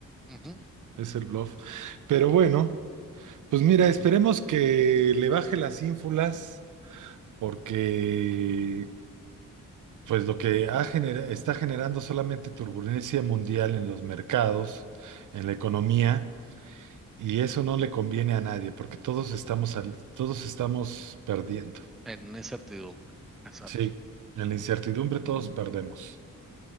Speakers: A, in the centre; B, on the right (about 65°).
A: ujú,
B: es el bluff. Pero bueno, pues mira, esperemos que le baje las ínfulas porque pues lo que ha genera- está generando solamente turbulencia mundial en los mercados, en la economía Y eso no le conviene a nadie, porque todos estamos al- todos estamos perdiendo.
A: En incertidumbre, exacto,
B: Sí, en la incertidumbre todos perdemos.